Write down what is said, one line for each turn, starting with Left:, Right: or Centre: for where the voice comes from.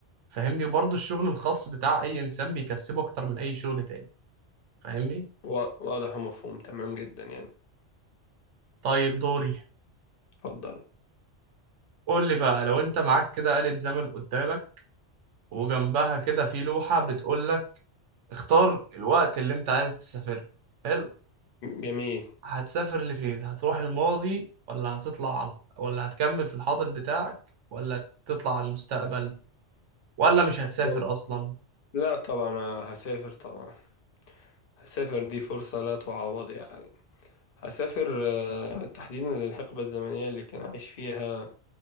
Right: فاهمني وبرضه الشغل الخاص بتاع اي انسان بيكسبه اكتر من اي شغل تاني فاهمني
Left: وا- واضح ومفهوم تمام جدا يعني
Right: طيب دوري
Left: اتفضل
Right: قول لي بقى لو انت معاك كده آلة زمن قدامك وجنبها كده في لوحة بتقول لك اختار الوقت اللي انت عايز تسافر له. حلو
Left: جميل
Right: هتسافر لفين هتروح الماضي ولا هتطلع على ولا هتكمل في الحاضر بتاعك ولا تطلع على المستقبل ولا مش هتسافر
Left: وال-
Right: اصلا
Left: لا طبعا أنا هسافر طبعا هسافر دي فرصة لا تعوض يعني هسافر آه، تحديدا للحقبة الزمنية اللي كان عايش فيها